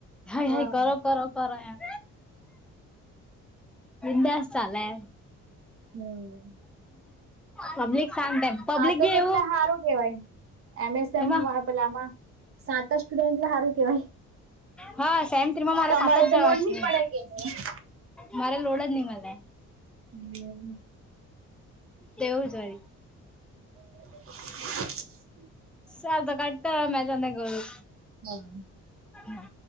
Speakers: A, in the centre; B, on the right.
A: હાય-હાય
B: હા
A: કરો-કરો-કરો એમ. બિંદાસ ચાલે એમ.
B: હમ્મ.
A: પબ્લિક શાંત એમ પબ્લિક
B: તો
A: બી
B: કેટલા
A: એવું
B: હારું કેવાય, એમેસમ
A: એમાં
B: અહ પેલા સાત સ્ટુડન્ટ એટલે હારું કેવાય.
A: હા સેમ થ્રી માં મારા
B: તમારે
A: સાત જણા
B: તો લોડ
A: છે.
B: નહી પડે કે
A: મારે લોડ જ ની મલે.
B: હમ્મ.
A: તેવું જ હોય.
B: <unintelligible>
A: <unintelligible>
B: હા.
A: હમ્મ.